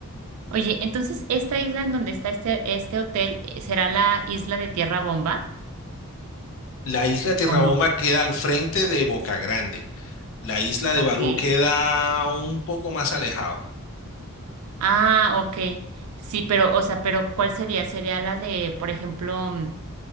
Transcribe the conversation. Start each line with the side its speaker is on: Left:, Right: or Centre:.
Right: Oye, entonces, ¿esta isla en donde está este, este hotel eh, será la isla de Tierra Bomba
Left: La isla de Tierra
Right: o no?
Left: Bomba queda al frente de Boca Grande. La isla
Right: Ok.
Left: de Barú queda un poco más alejado.
Right: Ah, ok. Sí, pero, o sea, pero ¿cuál sería? Sería la de, por ejemplo, mm,